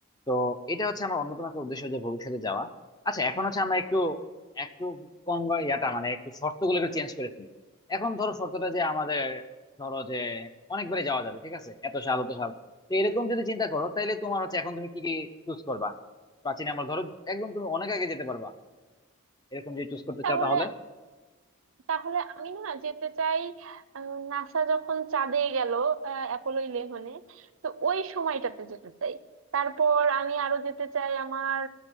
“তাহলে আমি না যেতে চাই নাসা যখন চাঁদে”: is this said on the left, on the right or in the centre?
Right